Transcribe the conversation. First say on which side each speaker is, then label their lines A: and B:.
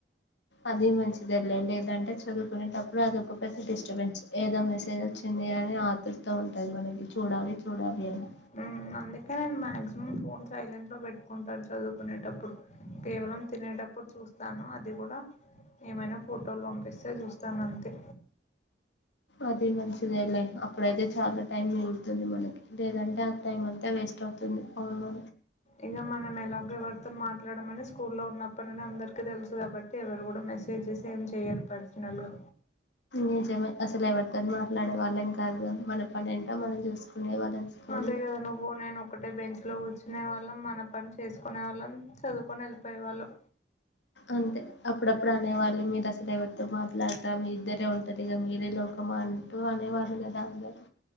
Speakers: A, on the left (about 85°); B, on the left (about 40°).
A: అది మంచిది లేండి లేదంటే చదువుకునేటప్పుడు ఇప్పుడు అదొక పెద్ద డిస్టర్బెన్స్ ఏదో మెసేజ్ వచ్చింది. అని ఆత్రత ఉంటది. మనకి చూడాలి చూడాలి అని.
B: ఉ అందుకే నేను మాక్సిమం ఫోన్ సైలెంట్ లో పెట్టుకుంటా. చదువుకునేటప్పుడు కేవలం తినేటప్పుడు చూస్తాను. అది కూడా ఏమైనా ఫోటోలు పంపిస్తే చూస్తాను అంతే.
A: అది మంచిదేలే అప్పుడైతే చాలా టైం మిగులుతుంది. మనకి లేదంటే ఆ టైం అంతా వేస్ట్ అవుతుంది. ఫోన్ లో
B: ఇక మనం ఎలాగ ఎవరితో మాట్లాడమని స్కూ లో ఉన్నప్పటి ను అందరికి తెలుసు కాబట్టి ఎవరు కూడా మెసేజెస్ ఏం చెయ్యరు పర్సనల్ గా
A: నిజమే అసలు ఎవరితో మాట్లాడే వాళ్ళం కాదు గా మన పని ఏంటో మనం చూసుకునే వాళ్ళం స్కూల్లో
B: అదేగదా నువ్వు నేను ఒకటే బెంచ్ లో కూర్చునే వాళ్ళం మన పని చేసుకునే వాళ్ళం చదువుకొని వెళ్ళిపోయేవాళ్ళు
A: అంతే అప్పుడప్పుడు అనేవాళ్ళు మీరు అసలు ఎవరితో మాట్లాడతా మీ ఇద్దరే ఉంటారు. ఇక మీరే లోకమా అంటూ అనేవాళ్ళు కదా అందరు.